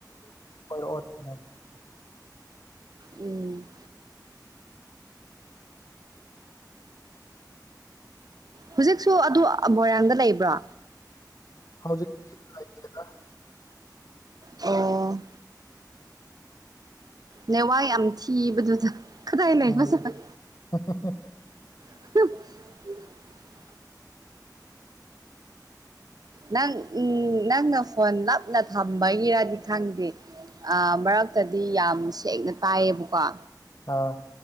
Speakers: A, on the left; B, on the right.
A: ꯀꯣꯢꯔꯛꯑꯣ ꯊꯦꯡꯅꯁꯦ
B: ꯎꯝ ꯍꯧꯖꯤꯛꯁꯨ ꯑꯗꯨ ꯃꯣꯏꯔꯥꯡꯗ ꯂꯩꯕ꯭ꯔꯥ
A: ꯍꯧꯖꯤꯛꯇꯤ ꯂꯩꯇꯦꯗ
B: ꯑꯣ ꯅꯦꯠꯋꯛ ꯌꯥꯝ ꯊꯤꯕꯗꯨꯗ ꯀꯗꯥꯏ ꯂꯩꯕꯖꯥꯠ
A: ꯑ ꯍꯍ
B: <inaudible> ꯅꯪ ꯎꯝ ꯅꯪꯅ ꯐꯣꯟ ꯅꯞꯅ ꯊꯝꯕꯒꯤꯔꯗꯤ ꯈꯪꯗꯦ ꯃꯔꯛꯇꯗꯤ ꯌꯥꯝ ꯁꯦꯡꯅ ꯇꯥꯏꯌꯦꯕꯀꯣ
A: ꯑꯥ